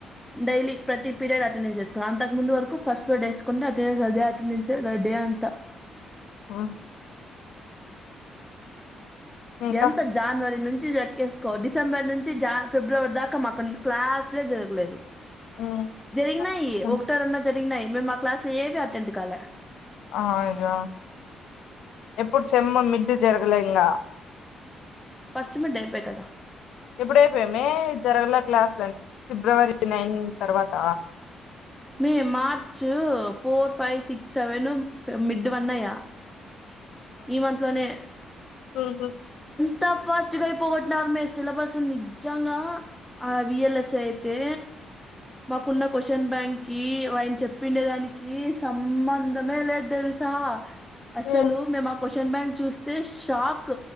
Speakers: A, in the centre; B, on the left.
A: డైలీ ప్రతి పీరియడ్ అటెండెన్స్ చేసుకున్నా అంతకు ముందు వరకు ఫస్ట్ సుకుంటే <unintelligible> అదే అటెండెన్స్ అంత
B: ఆ ఇంకా
A: ఎంత జానవరి నుంచి చెక్కేసుకో డిసెంబర్ నుంచి జ ఫిబ్రవరి దాకా మాకు క్లాస్లే జరగలేదు
B: హ్మ్
A: జరిగినాయి
B: అదృష్టంగా
A: ఒకటో రెండో జరిగినాయి మేము మా క్లాస్లు ఏవి అటెండ్ కాలా
B: అయ్యో ఎప్పుడు సెమ్ము మిడ్డు జరగలే ఇంకా
A: ఫస్ట్ మిడ్ అయిపోయి కదా
B: ఎప్పుడైపోయామి జరగల క్లాసులు అన్ని ఫిబ్రవరి నైన్ తర్వాత
A: మీయి March four five six seven mid one అయా ఈ మంత్ లోనే
B: అహ
A: ఎంత ఫస్ట్గాయిపోగట్టినరు మీర్ సిలబస్ నిజంగా ఆ వి యల్ ఎస్ తే మాకున్న కశ్న్ బ్యాం కి ఆయిన్ చెప్ పిండే దానికి సంబంధమే లేదు తెలుసా అసలు
B: హ్మ్
A: మేము ఆ కోష్ షన్ బ్యాంక్ చూస్తే షాక్